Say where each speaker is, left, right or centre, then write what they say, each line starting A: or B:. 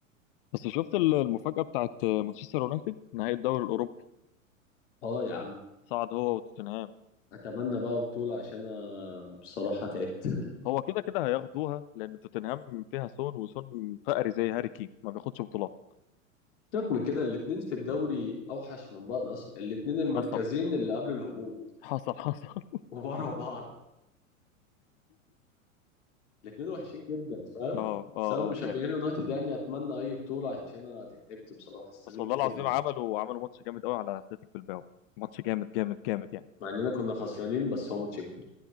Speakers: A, on the left; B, on the left.
A: بس شفت ال- المفاجأة بتاعت مانشستر يونايتد نهائي الدوري الأوروبي
B: اه يا عم
A: صعد هو وتوتنهام
B: اتمنى بقى بطوله عشان انا بصراحه تعبت
A: هو كده كده هياخدوها لان توتنهام فيها سون وسون فقري زي هاري كين ما بياخدش بطولات
B: سيبك من كده الاتنين في الدوري اوحش من بعض اصلا الاتنين المركزين
A: حصل
B: اللي قبل الهبوط
A: حصل حصل
B: ورا بعض الاتنين وحشين جدا فاهم
A: اه اه
B: بس انا مشجعين
A: اه فاهم
B: اليونايتد يعني اتمنى اي بطوله عشان انا تعبت بصراحه استنيت
A: بس والله
B: كتير
A: العظيم
B: قوي
A: عملوا عملوا ماتش جامد قوي على اتلتيك بالباو ماتش جامد جامد جامد يعني
B: مع اننا كنا خسرانين بس هو ماتش جامد.